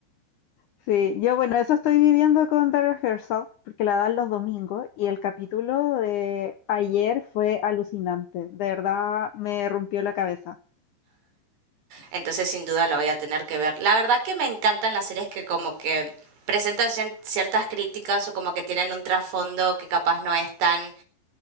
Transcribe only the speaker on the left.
Sí, yo bueno, eso estoy viviendo con Daryl Herzog, porque la dan los domingos y el capítulo de ayer fue alucinante. De verdad me rompió la cabeza.